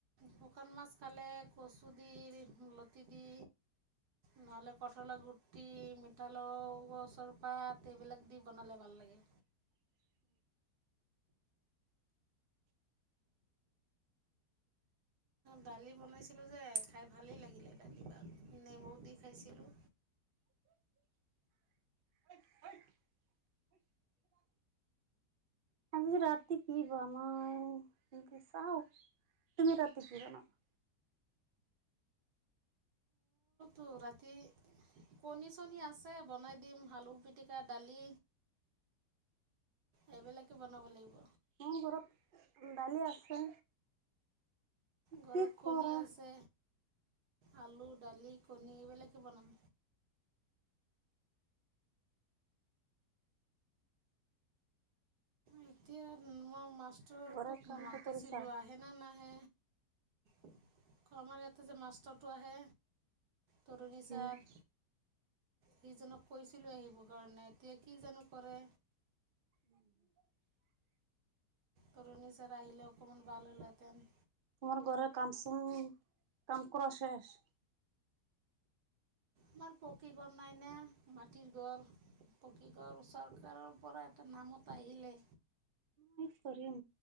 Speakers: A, on the right (about 70°); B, on the right (about 85°).
A: শুকান মাছ খালে কচু দি লতি দি নহ'লে কঠলৰ গুটি মিঠালৰ চৰপাত এইবিলাক দি বনালে ভাল লাগে।
B: <inaudible>
A: দালি বনাইছিলোঁ যে খাই ভালেই লাগিলে দালি বা নেমু দি খাইছিলোঁ।
B: <inaudible> আজি ৰাতি কি বনাওঁ তাকে চাওঁ। তুমি ৰাতি কি বনাবা?
A: <inaudible> ৰাতি কণী চণী আছে বনাই দিম, আলু পিটিকা দালি। এইবিলাকে বনাব লাগিব।
B: মোৰ ঘৰত দালি আছে।
A: ঘৰত
B: কি
A: কণী
B: কৰা
A: আছে। আলু দালি কণী এইবিলাকে বনাম। এতিয়া মই মাষ্টৰ
B: ঘৰৰ
A: তোক
B: কামটো
A: মাতিছিলো
B: কৰিছা?
A: আহে নাহে? কমাৰ ইয়াতে যে মাষ্টৰটো আহে। তৰুণী ছাৰ,
B: উম।
A: সিজনক কৈছিলোঁ আহিব কাৰণে এতিয়া কি জানো কৰে।
B: <inaudible>
A: তৰুণী চাৰ আহিলে অকমান ভাল হ'লহেঁতেন।
B: তোমাৰ ঘৰে কাম চাম কাম কৰা শেষ।
A: আমাৰ পকী ঘৰ নাই না, মাটিৰ ঘৰ। পকীঘৰ চৰকাৰৰ পৰা এটা নামত আহিলে।
B: মই কৰিম,